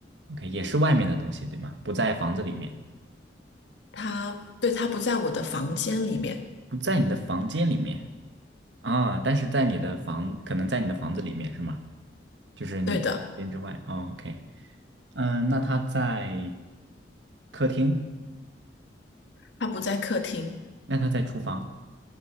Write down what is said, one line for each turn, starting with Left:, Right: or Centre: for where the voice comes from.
Right: ，OK，也是外面的东西，对吗？不在房子里面，
Left: 它对，它不在我的房间里面，
Right: 不在你的房间里面啊，但是在你的房，可能在你的房子里面是吗？就是你房间之外。
Left: 对的，
Right: 哦，OK，嗯，那他在客厅，
Left: 它不在客厅，
Right: 那他在厨房